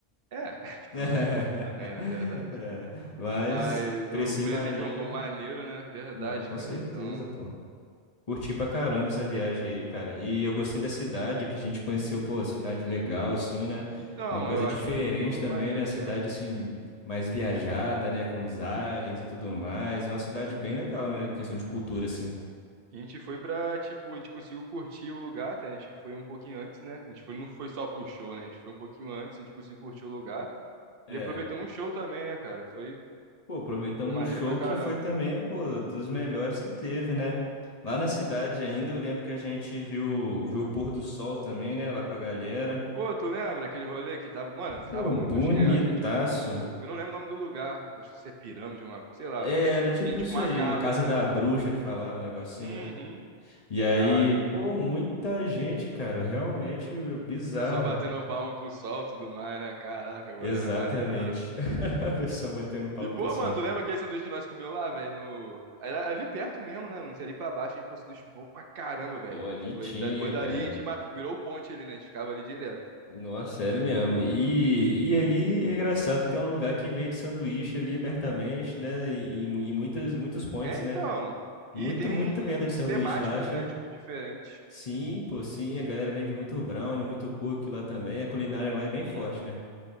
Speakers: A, on the right; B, on the left.
A: É, <laughs> que
B: <laughs>
A: tudo lá é perto também, né? Verdade.
B: É, mas
A: Mas
B: precinho
A: o preço
B: mania.
A: a gente arrumou maneiro, né? Verdade,
B: Não, com
A: cara.
B: certeza,
A: Então,
B: pô. Curti pra caramba essa viagem aí, cara. E eu gostei da cidade que a gente conheceu, pô, cidade legal, assim, né?
A: então,
B: Uma coisa
A: eu acho
B: diferente
A: muito
B: também,
A: maneiro
B: né? Cidade,
A: mesmo.
B: assim, mais viajada,
A: Uhum.
B: né? Com os aliens e tudo mais. É uma cidade bem legal, né? Em questão de cultura, assim.
A: A gente foi pra, tipo, a gente conseguiu curtir o lugar, até. A gente foi um pouquinho antes, né? A gente foi, não foi só pro show, né? A gente foi um pouquinho antes, a gente conseguiu curtir o lugar.
B: É.
A: E aproveitamos o show também, né, cara? Foi,
B: Pô, aproveitamos
A: foi maneiro
B: o show
A: pra caramba.
B: que foi também, pô, dos melhores que teve, né? Lá na cidade ainda, eu lembro que a gente viu, viu o pôr do sol também, né? Lá com a galera.
A: Pô, tu lembra aquele rolê que tava, mano,
B: Pô,
A: tava muito
B: bonitaço.
A: cheio, acho que é tipo, eu não lembro o nome do lugar, acho que isso é pirâmide, uma, sei lá,
B: É, era tipo
A: tem tipo
B: isso
A: uma
B: aí,
A: casa,
B: a casa
A: né?
B: da bruxa que falava, um negocinho,
A: Uhum.
B: né? E aí,
A: Aí,
B: pô,
A: o
B: muita gente, cara, realmente bizarro.
A: pessoal batendo palmo pro sol e tudo mais, né? Caraca, mano,
B: Exatamente.
A: era maneiraço.
B: <laughs> A pessoa batendo palmo
A: E, pô,
B: pro sol.
A: mano, tu lembra aquele sanduíche que nós comeu lá, velho, no... Era ali perto mesmo, né, mano, Você ali pra baixo, aí, pô, sanduíche bom pra caramba, velho.
B: Pô, ali
A: Tipo,
B: tinha,
A: aí, depois dali
B: cara.
A: a gente ma- virou ponte ali, né, a gente ficava ali direto.
B: Nossa, sério mesmo. E, e ali é engraçado que é um lugar que vende sanduíche ali abertamente, né? E, e, mu- e muitos, muitos points,
A: É,
B: né?
A: então, e
B: Muito,
A: tem
B: muita
A: um-
B: venda
A: um-
B: de sanduíche
A: uns temáticos,
B: lá, acha?
A: né, tipo, diferente.
B: Sim, pô, sim. A galera vende muito brownie, muito cookie lá também. A culinária lá é bem
A: Uhum.
B: forte, né?